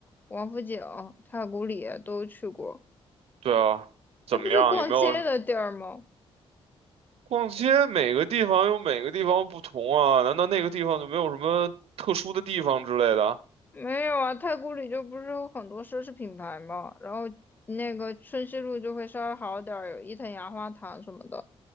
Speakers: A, on the left; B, on the right.
A: 王府井、太古里都去过，
B: 对啊，怎么样？
A: 那不就逛街的地儿吗？
B: 有没有？逛街每个地方有每个地方不同啊，难道那个地方就没有什么特殊的地方之类的啊？
A: 没有啊，太古里就不是有很多奢侈品牌嘛，然后那个春熙路就会稍微好点儿，有伊藤洋华堂什么的。